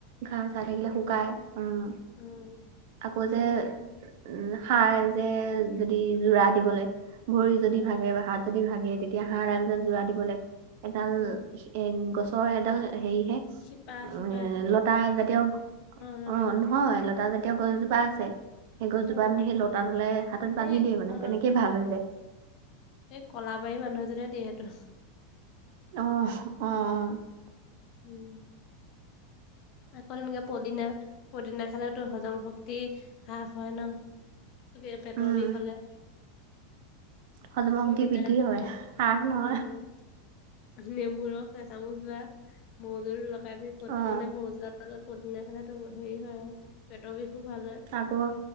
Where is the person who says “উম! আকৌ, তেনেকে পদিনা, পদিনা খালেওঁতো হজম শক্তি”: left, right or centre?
Left